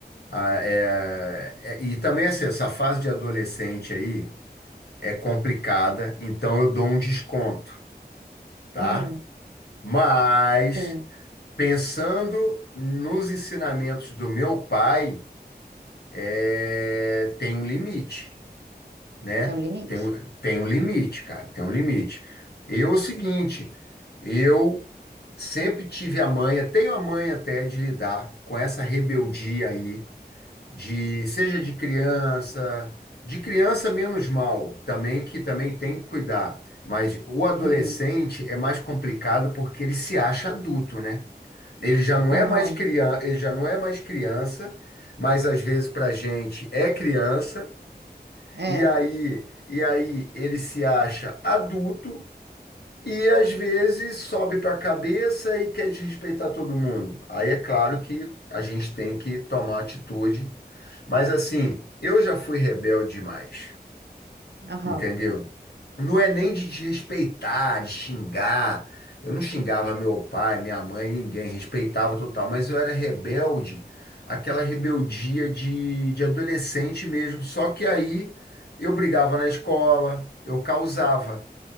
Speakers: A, on the left; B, on the right.
A: a- é- é- e também assim, essa fase de adolescente aí é complicada, então eu dou um desconto, tá?
B: Uhum,
A: Mas
B: Sim,
A: pensando nos ensinamentos do meu pai. é, tem um limite, né?
B: tem um limite.
A: Tem, um- tem um limite, cara, tem um limite. Eu, é o seguinte, eu sempre tive a manha, tenho a manha até de lidar com essa rebeldia aí, de seja de criança, de criança menos mal, também que também tem que cuidar. Mas o adolescente
B: Uhum.
A: é mais complicado porque ele se acha adulto, né? Ele já não
B: Aham.
A: é mais criança, ele já não é mais criança, mas às vezes para gente é criança,
B: É.
A: e aí, e aí ele se acha adulto e às vezes sobe para a cabeça e quer desrespeitar todo mundo. Aí é claro que a gente tem que tomar atitude, mas assim, eu já fui rebelde demais.
B: Aham.
A: Entendeu? Não é nem de desrespeitar, de xingar. Eu não xingava meu pai, minha mãe, ninguém, respeitava total, mas eu era rebelde, aquela rebeldia de, de adolescente mesmo. Só que aí eu brigava na escola, eu causava